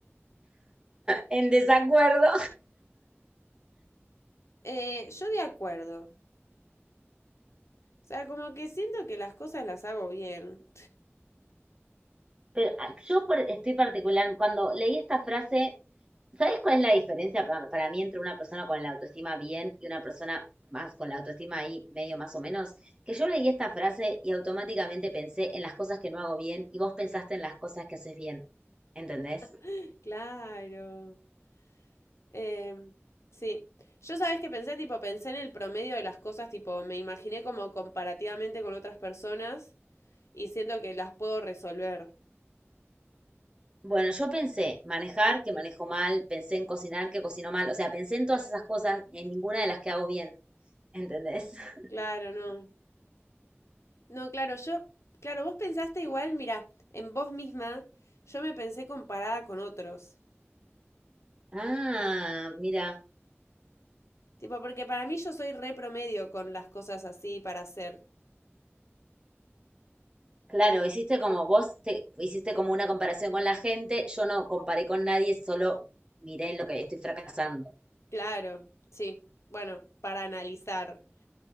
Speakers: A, on the right; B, on the left.
A: En desacuerdo.
B: Eh, yo de acuerdo. O sea, como que siento que las cosas las hago bien.
A: Pero ah, yo por- estoy particular, cuando leí esta frase ¿Sabes cuál es la diferencia para, para mí entre una persona con la autoestima bien y una persona más con la autoestima ahí medio más o menos? Que yo leí esta frase y automáticamente pensé en las cosas que no hago bien y vos pensaste en las cosas que haces bien. ¿Entendés?
B: <laughs> Claro. Em, sí. Yo sabes que pensé, tipo, pensé en el promedio de las cosas, tipo, me imaginé como comparativamente con otras personas y siento que las puedo resolver.
A: Bueno, yo pensé manejar, que manejo mal, pensé en cocinar, que cocino mal, o sea, pensé en todas esas cosas, en ninguna de las que hago bien. ¿Entendés? <laughs>
B: Claro, no. No, claro, yo, claro, vos pensaste igual, mira, en vos misma, yo me pensé comparada con otros.
A: Ah, mira.
B: Tipo, porque para mí yo soy re promedio con las cosas así para hacer.
A: Claro, hiciste como vos, te, hiciste como una comparación con la gente, yo no comparé con nadie, solo miré en lo que estoy fracasando.
B: Claro, sí. Bueno, para analizar.